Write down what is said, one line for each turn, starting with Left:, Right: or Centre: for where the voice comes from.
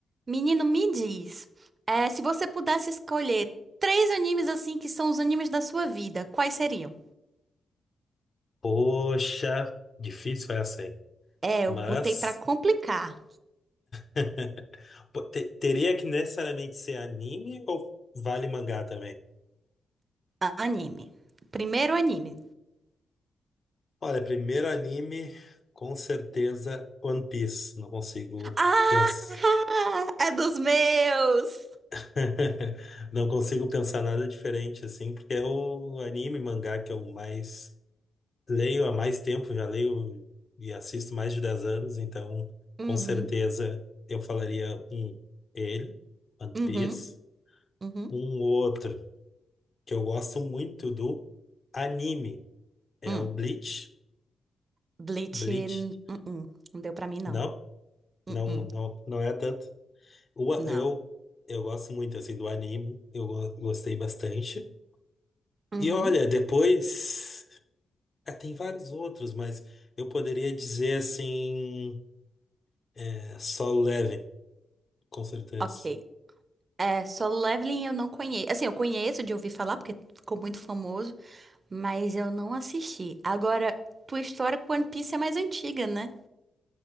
Right: Menino, me diz, é, se você pudesse escolher três animes assim que são os animes da sua vida, quais seriam?
Left: Poxa, difícil essa, hein?
Right: É,
Left: Mas
Right: eu botei pra complicar.
Left: <laughs> pô, te- teria que necessariamente ser anime ou vale mangá também?
Right: A- Anime. Primeiro anime.
Left: Olha, primeiro anime, com certeza One Piece. Não consigo
Right: Ah,
Left: pensar.
Right: <laughs> é dos meus.
Left: <laughs> Não consigo pensar nada diferente assim, porque é o anime mangá que eu mais leio há mais tempo, já leio e assisto mais de 10 anos, então
Right: Uhum,
Left: com certeza eu falaria um ele, One
Right: uhum,
Left: Piece.
Right: uhum,
Left: Um outro que eu gosto muito do anime é
Right: hum.
Left: o Bleach.
Right: Bleach,
Left: Bleach.
Right: hum, hum. Não deu pra mim não.
Left: Não, não,
Right: Hum, hum,
Left: não, não é tanto. O a-
Right: Não.
Left: eu, eu gosto muito assim do anime. Eu go- gostei bastante.
Right: Uhum,
Left: E olha, depois. ah, tem vários outros, mas eu poderia dizer assim. É, Solo Leveling, com certeza.
Right: ok. É, Solo Leveling eu não conheço. Assim, eu conheço de ouvir falar porque ficou muito famoso. Mas eu não assisti. Agora, tua história com One Piece é mais antiga, né?